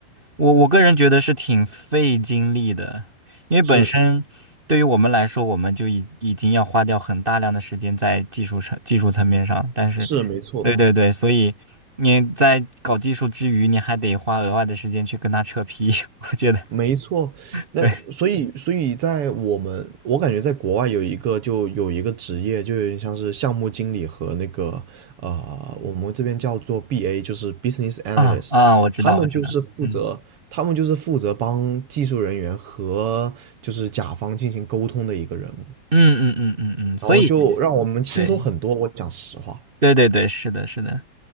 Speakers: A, on the right; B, on the right.
A: 我我个人觉得是挺费精力的，因为本身对于我们来说，
B: 是
A: 我们就已已经要花掉很大量的时间在技术层技术层面上，但是，
B: 是，没错的。
A: 对对对，所以你在搞技术之余，你还得花额外的时间去跟他扯皮，<laughs> 我觉得
B: 没错，那所以所以在我们，
A: 对
B: 我感觉在国外有一个就有一个职业，就有点像是项目经理和那个呃，我们这边叫做 BA，就是 Business Analyst，
A: 啊啊，我知道我知道，
B: 他们就是负责，
A: 嗯
B: 他们就是负责帮技术人员和就是甲方进行沟通的一个人物，
A: 嗯嗯嗯嗯嗯，所以
B: 然后就嗯让我们轻松很多，
A: 对
B: 我讲实话，
A: 对对对，是的是的。